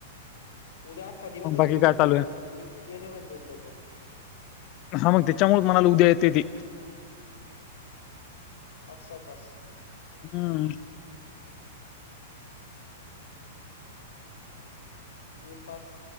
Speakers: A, on the left (about 85°); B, on the left (about 40°).
A: उद्या अख्खा दिवस
B: मग बाकी
A: पेपर
B: काय चालू
A: मंग
B: आहे
A: ये येण्यामध्ये जाईल त्याचं
B: हा मग त्याच्यामुळे म्हणालो उद्या येते की
A: पाच सहा तास
B: हम्म.
A: ये पास